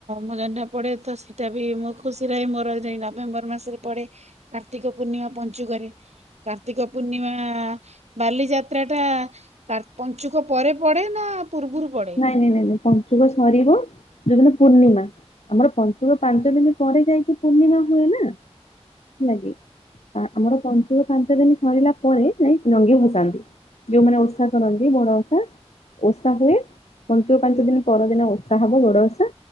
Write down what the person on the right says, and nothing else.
ମୋ ଜନ୍ମ ପଢେ ତ ସେଟା ବି ମୁଁ ଖୁସି ରହେ ମୋର ଯାଇଁ ନଭେମ୍ବର ମାସରେ ପଡେ। କାର୍ତ୍ତିକ ପୂର୍ଣ୍ଣିମା ପଞ୍ଚୁକରେ କାର୍ତ୍ତିକ ପୂର୍ଣ୍ଣିମା ବାଲିଯାତ୍ରା ଟା ର୍କା ପଞ୍ଚୁକ ପରେ ପଡେ ନା ପୂର୍ବରୁ ପ